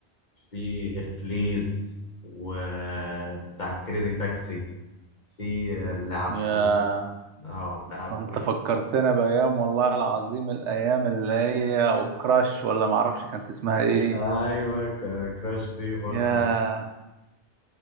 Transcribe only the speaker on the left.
في هيركليز وبتاع كريزي تاكسي في اللعب
دي كلها اه اللعب
دي
ايوه ك- كراش دي برضو